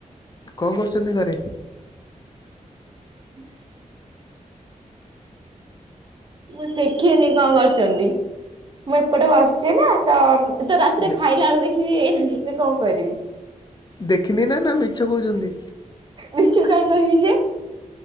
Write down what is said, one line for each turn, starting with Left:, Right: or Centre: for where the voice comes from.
Left: କଣ କରୁଛନ୍ତି ଘରେ?
Right: ହ ମୁଁ ଦେଖିନି କଣ କରିଛନ୍ତି? ମୁଁ ଏପଟେ ବସିଛି ନା ତ ତ ରାତିରେ
Left: ଦେ
Right: ଖାଇଲା ବେଳୁ ଦେଖିବି ଏଇନା ଦେଖିଲେ କଣ କରିବି।
Left: ଦେଖିନି ନା ନା ମିଛ କହୁଛନ୍ତି?
Right: ମିଛ କାଇଁ କହିବି ଯେ